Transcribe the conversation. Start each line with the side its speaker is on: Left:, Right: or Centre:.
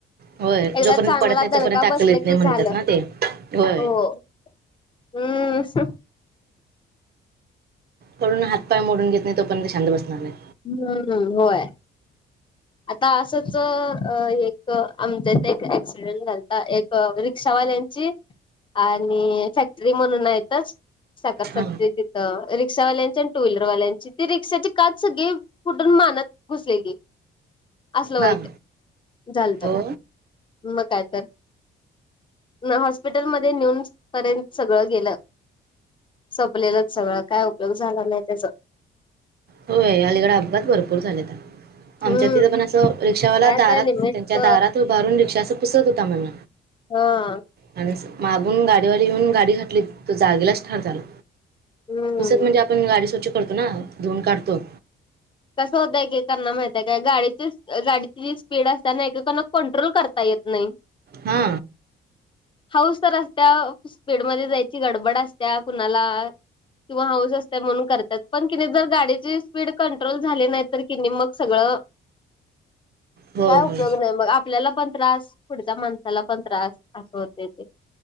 Right: होय
Left: एकदा
Right: जोपर्यंत
Left: चांगला
Right: पडत नाही
Left: गणका
Right: तोपर्यंत अक्कल
Left: बसलं
Right: येत नाही
Left: की
Right: म्हणतात
Left: झालं
Right: ना ते होय
Left: हो. हम्म.
Right: पडून हात पाय मोडून घेत नाही तोपर्यंत शांत बसणार नायत.
Left: मगं ना होय. आता असच अ एक आमचे ते एक ऍक्सिडेंट घालता ए क रिक्षावाल्यांची आणि फॅक्टरी म्हणून आहेतच साखर फॅक्टरी
Right: हां
Left: तिथं रिक्षावाल्यांची आणि टू व्हीलरवाल्यांची ती रिक्षाची का सगळे कुठून मानत घुसलेले. असल वाईट
Right: हां
Left: झालत.
Right: हो
Left: मग काय तर ना हॉस्पिटलमध्ये नेऊन पर्यंत सगळं गेलं. सोपलेलंच सगळं काय उपयोग झाला नाही त्याचा.
Right: होय अलीकडा अपघात भरपूर झालेता
Left: हम्म
Right: आमच्या तिथं पण असं रिक्षावाला
Left: काय
Right: दारात
Left: काय लिमिट
Right: त्यांच्या दारात उभा राहुन रिक्षा अस पुसत होता. म्हण
Left: हा
Right: आणि मागून गाडीवाला येऊन गाडी घातली. तो जागेलाच ठार झाला.
Left: हम्म
Right: पुसत म्हणजे आपण गाडी स्वच्छ करतो ना धुवुन काढतो.
Left: कसं होतय एक एकाना माहितय काय? गाडीची गाडीची जी स्पीड असते ना? एककान कंट्रोल करता येत नाही.
Right: हा
Left: हाऊस तर असत्या स्पीडमध्ये जायची गडबड असत्या कुणाला? किंवा हाऊस असते म्हणून करतात. पण कि जर गाडीची स्पीड कं कंट्रोल झाली नाही. तर की मग सगळं <inaudible>
Right: होय
Left: काय
Right: होय
Left: उपयोग नाही. मग आपल्याला पण त्रास पुढच्या माणसाला पण त्रास अस होते. ते